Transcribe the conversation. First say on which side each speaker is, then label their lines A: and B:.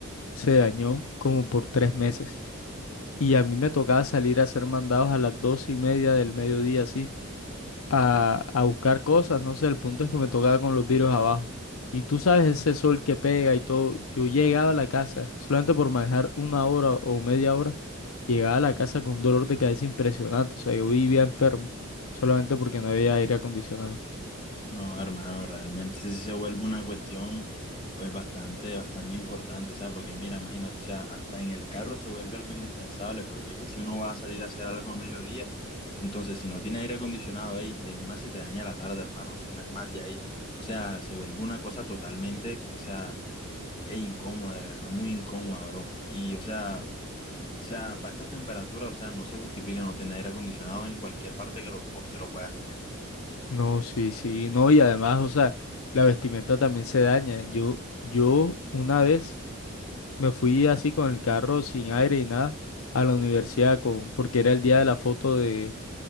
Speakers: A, on the left (about 80°); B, on the left (about 25°).
A: se dañó como por tres meses y a mí me tocaba salir a hacer mandados a las doce y media del mediodía, así a, a buscar cosas, no sé, el punto es que me tocaba con los virus abajo. Y tú sabes ese sol que pega y todo. Yo llegaba a la casa, solamente por manejar una hora o media hora, llegaba a la casa con un dolor de cabeza impresionante. O sea, yo vivía enfermo, solamente porque no había aire acondicionado.
B: No, hermano, realmente sí se vuelve una cuestión pues bastante, bastante importante, o sea, porque mira, imagínate, o sea, hasta en el carro se vuelve algo indispensable, porque es que si uno va a salir a hacer algo a mediodía, entonces si no tiene aire acondicionado ahí, de una se te daña la tarde, hermano, o sea, una es más de ahí, o sea, se vuelve una cosa totalmente, o sea, es incómoda, de verdad, muy incómoda, bro, y o sea, o sea, para estas temperaturas, o sea, no se justifica no tener aire acondicionado en cualquier parte que lo, po- que lo puedas tener.
A: No, sí, sí, no, y además, o sea, la vestimenta también se daña. Yo, yo una vez me fui así con el carro sin aire y nada a la universidad con, porque era el día de la foto de